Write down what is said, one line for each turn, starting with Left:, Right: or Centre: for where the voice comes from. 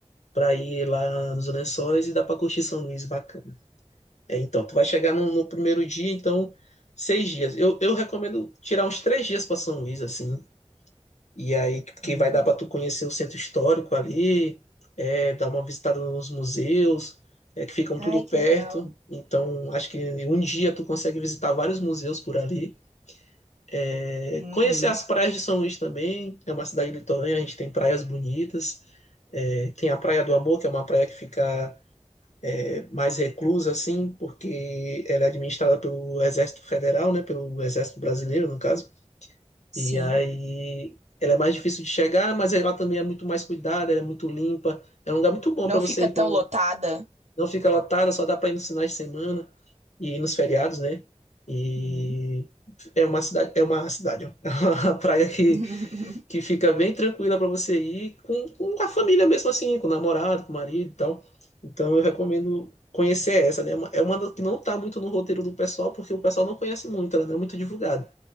Left: pra ir lá nos Lençóis e dá pra curtir São Luís, bacana. É, então, tu vai chegar no, no primeiro dia, então, seis dias. Eu, eu recomendo tirar uns três dias pra São Luís, assim. E aí, que
Right: Uhum.
Left: vai dar para tu conhecer o centro histórico ali, é, dar uma visitada nos museus, é, que ficam
Right: Ai,
Left: tudo
Right: que
Left: perto.
Right: legal.
Left: Então, acho que em um dia tu consegue visitar vários museus por ali. É,
Right: Uhum,
Left: conhecer as praias de São Luís também, é uma cidade litorânea, a gente tem praias bonitas. É, tem a Praia do Amor, que é uma praia que fica é, mais reclusa, assim, porque ela é administrada pelo Exército Federal, né, pelo Exército Brasileiro, no caso.
Right: sim.
Left: E aí ela é mais difícil de chegar, mas ela também é muito mais cuidada, ela é muito limpa. É um lugar muito bom
Right: Não
Left: para você
Right: fica
Left: ir
Right: tão
Left: com.
Right: lotada.
Left: Não fica lotada, só dá para ir nos finais de semana e nos feriados, né? E
Right: Uhum.
Left: é uma cidade, é uma cidade, ó. <laughs> É uma praia que,
Right: <laughs>
Left: que fica bem tranquila para você ir com, com a família mesmo assim, com o namorado, com o marido e tal. Então eu recomendo conhecer essa, né? É uma é uma das que não tá muito no roteiro do pessoal, porque o pessoal não conhece muito, ela não é muito divulgada.